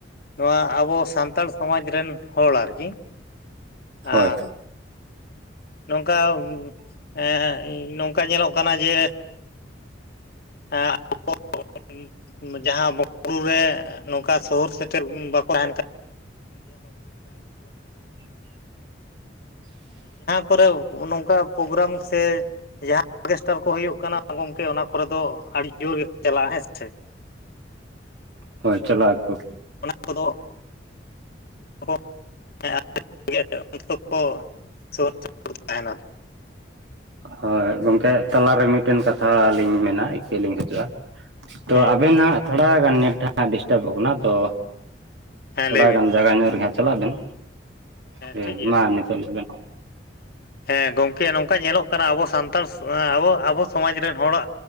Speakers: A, on the left; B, on the right.
A: ᱱᱚᱣᱟ ᱟᱵᱚ ᱥᱟᱱᱛᱟᱲ ᱥᱚᱢᱟᱡᱽ ᱨᱮᱱ ᱦᱚᱲ ᱟᱨᱠᱤ
B: ᱦᱳᱭ
A: ᱟ ᱱᱚᱝᱠᱟ ᱮᱸᱜ ᱱᱚᱝᱠᱟ ᱧᱮᱞᱚᱜ ᱠᱟᱱᱟ ᱡᱮ ᱦᱮᱸ᱾ <inaudible> ᱡᱟᱦᱟᱸ ᱵᱚᱸᱜᱟ ᱵᱩᱨᱩ ᱨᱮ ᱱᱚᱝᱠᱟ ᱥᱚᱦᱩᱨ ᱥᱮᱴᱮᱨ ᱵᱟᱠᱚ ᱛᱟᱦᱮᱱ ᱠᱟᱱ <inaudible> ᱠᱚᱨᱮ ᱦᱚᱸᱚ ᱱᱚᱝᱠᱟ ᱯᱨᱳᱜᱨᱟᱢ ᱥᱮ ᱡᱟᱦᱟᱸ ᱚᱨᱜᱮᱥᱴᱟᱨ ᱠᱚ ᱦᱩᱭᱩᱜ ᱠᱟᱱᱟ ᱜᱚᱝᱠᱮ ᱚᱱᱟ ᱠᱚᱨᱮ ᱫᱚ ᱟᱹᱰᱤ ᱡᱳᱨ ᱜᱮᱠᱚ ᱪᱟᱞᱟᱜᱼᱟ ᱦᱮᱸ ᱥᱮ᱾
B: ᱦᱳᱭ ᱪᱟᱞᱟᱜ ᱟᱠᱚ᱾
A: ᱚᱱᱟ ᱠᱚᱫᱚ <inaudible> ᱛᱟᱦᱮᱱᱟ
B: ᱦᱳᱭ ᱜᱚᱝᱠᱮ ᱛᱟᱞᱟᱨᱮ ᱢᱤᱫᱴᱮᱱ ᱠᱟᱛᱷᱟ ᱞᱤᱧ ᱢᱮᱱᱟ ᱤᱠᱟᱹᱞᱤᱧ ᱠᱷᱚᱡᱚᱜᱼᱟ᱾ ᱛᱚ
A: ᱦᱮᱸ
B: ᱟᱵᱮᱱ ᱦᱟᱸᱜ ᱛᱷᱚᱲᱟ ᱜᱟᱱ <inaudible> ᱰᱤᱥᱴᱟᱵᱚᱜ ᱠᱟᱱᱟ ᱛᱚ
A: ᱦᱮᱸ
B: ᱛᱷᱚᱲᱟ
A: ᱞᱟᱹᱭ ᱵᱤᱱ
B: ᱜᱟᱱ ᱡᱟᱭᱜᱟ ᱧᱚᱜ ᱨᱮᱜᱮ ᱦᱟᱸᱜ ᱪᱟᱞᱟᱜ ᱵᱮᱱ, ᱦᱮᱸ
A: ᱴᱷᱤᱠ ᱜᱮᱭᱟ
B: ᱢᱟ ᱱᱤᱛᱚᱜ ᱞᱟᱹᱭ ᱵᱮᱱ᱾
A: ᱦᱮᱸ ᱜᱚᱝᱠᱮ ᱱᱚᱝᱠᱟ ᱧᱮᱞᱚᱜ ᱠᱟᱱᱟ ᱟᱵᱚ ᱥᱟᱱᱛᱟᱲ ᱮᱸ ᱟᱵᱚ ᱟᱵᱚ ᱥᱚᱢᱟᱡᱽ ᱨᱮᱱ ᱦᱚᱲᱟᱜ